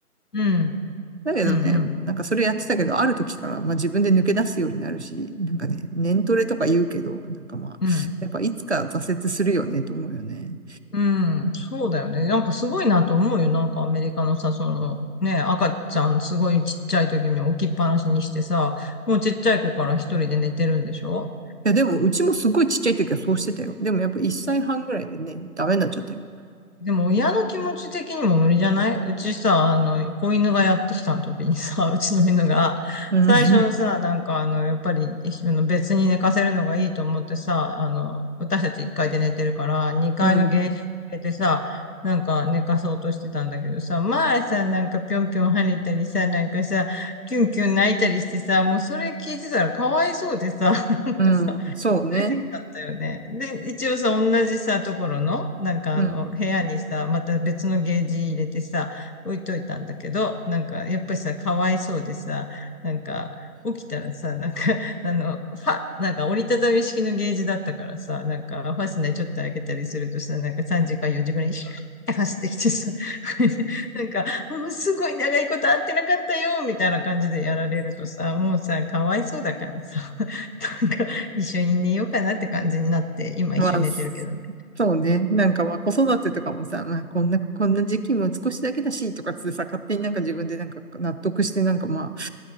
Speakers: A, on the left; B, on the right.
A: うん。
B: だけどね、
A: うん。
B: もうなんかそれやってたけど、
A: うん。
B: ある時からまあ自分で抜け出すようになるし、なんかね、年トレとか言うけど、なんかまあ、
A: うん。
B: やっぱいつか挫折するよねと思うよね。
A: うんそうだよね。なんかすごいなと思うよ。なんかアメリカのさ、その、ね、赤ちゃんすごいちっちゃい時に置きっぱなしにしてさ、もうちっちゃい子から一人で寝てるんでしょ
B: いやでもうちもすごいちっちゃい時はそうしてたよ。でもやっぱ1歳半ぐらいでね、ダメになっちゃったよ。
A: でも親の気持ち的にも無理じゃないうちさ、あの、子犬がやってきた時にさ、<laughs> うちの犬が、
B: うん。
A: 最初さ、
B: うん。
A: なんかあの、やっぱり、あの別に寝かせるのがいいと思ってさ、あの、私たち1階で寝てるから、2階のゲージに入れてさ、
B: うん。
A: なんか寝かそうとしてたんだけどさ、前さ、なんかぴょんぴょん跳ねたりさ、なんかさ、キュンキュン泣いたりしてさ、もうそれ聞いてたらかわいそうでさ、<laughs> なんかさ、
B: うんそうね。
A: 連れてきちゃったよね。で、一応さ、同じさ、ところの、なんかあの、
B: うん。
A: 部屋にさ、また別のゲージ入れてさ、置いといたんだけど、なんか、やっぱりさ、かわいそうでさ、なんか、起きたらさ、なんか、<laughs> あの、ファ、なんか折りたたみ式のゲージだったからさ、なんか、ファスナーちょっと開けたりするとさ、なんか3時か4時ぐらいに、って走ってきてさ、<laughs> これでなんか、もうすごい長いこと会ってなかったよ、みたいな感じでやられるとさ、もうさ、かわいそうだからさ、<laughs> なんか、一緒に寝ようかなって感じになって、今一緒に寝てるけどね。
B: まあ、そうね。なんかまあ子育てとかもさ、まあこんな、こんな時期も少しだけだしとかっつってさ、勝手になんか自分でなんか納得してなんかま